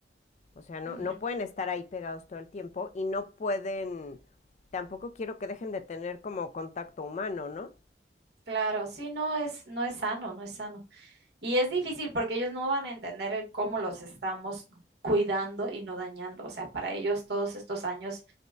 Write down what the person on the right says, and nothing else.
Ujú,
Claro, sí, no es, no es sano, no es sano. Y es difícil porque ellos no van a entender el cómo los estamos cuidando y no dañando. O sea, para ellos todos estos años